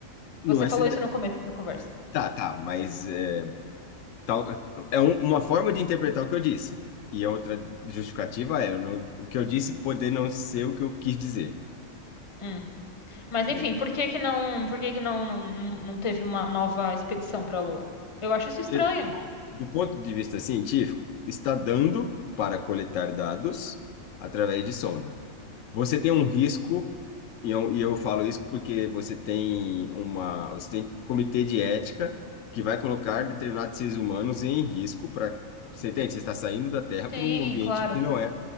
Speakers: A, on the left; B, on the left.
A: Não
B: Você
A: é
B: falou
A: se...
B: isso no começo da conversa.
A: Tá, tá, mas é, tal... é um- uma forma de interpretar o que eu disse. E a outra justificativa é eu não- o que eu disse poder não ser o que eu quis dizer.
B: Hum. Mas enfim,
A: Hum.
B: por que que não, por que que não, não, não não teve uma nova expedição para a Lua? Eu acho isso
A: Entendeu?
B: estranho.
A: Ó, Do ponto de vista científico, está dando para coletar dados através de sonda. Você tem um risco E eu, e eu falo isso porque você tem uma, você tem comitê de ética que vai colocar determinados seres humanos em risco para, você entende? Você está saindo da Terra
B: Sim,
A: para um ambiente
B: claro.
A: que não é.